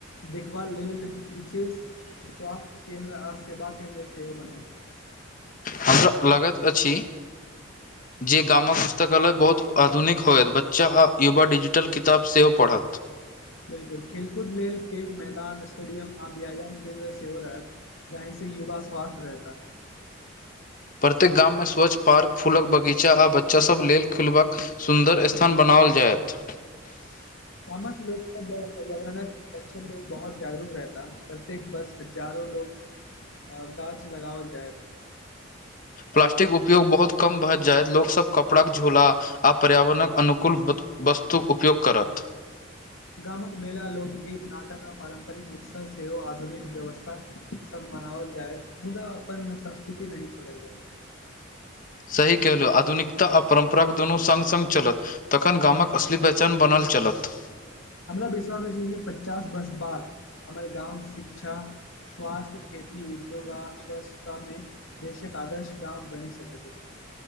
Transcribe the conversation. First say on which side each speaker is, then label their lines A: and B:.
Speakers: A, on the left; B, on the left.
A: देखबा लेल विशेष स्वास्थ्य केन्द्र आ सेवा केन्द्र सेहो बनत
B: हमरा लागैत अछि
A: ह
B: जे गामक पुस्तकालय बहुत आधुनिक होयत बच्चा आ युवा डिजिटल किताब सेहो पढ़त
A: बिल्कुल खेलकूद लेल पेघ मैदान स्टेडियम आ्यायन केन्द्र सेहो रहत जहहि से युवा स्वास्थ रहता
B: प्रत्येक गाममे स्वच्छ पार्क फूलक बगीचा आ बच्चासभ लेल खेलबाक सुन्दर स्थान बनाओल जायत
A: गामक लोक पर्यावरणक संरक्षण ल बहुत जागरूक रहता प्रत्येक बस हजारो लोग अ गाछ लगावल जायइत
B: प्लास्टिक उपयोग बहुत कम भऽ जाय लोकसभ कपड़ाके झोला आ पर्यावरणक अनुकूल वस्तुक उपयोग करत
A: गामक मेला लोकगीत नाटक आ पारम्परिक उत्सव सेहो आधुनिक व्यवस्था सब मनाओल जायत मुदा अपन संस्कृति नै छोड़े जाय
B: सही कलहु आधुनिकता आ परम्पराके दुनू सङ्ग सङ्ग चलत तखन गामक असली पहचान बनल चलत
A: हमरा विश्वास अछि जे पचास वर्ष बाद हमर गाँव शिक्षा स्वास्थ्य खेती उद्योग आ स्वच्छतामे देशक आदर्श गाम बनी सकैत अछि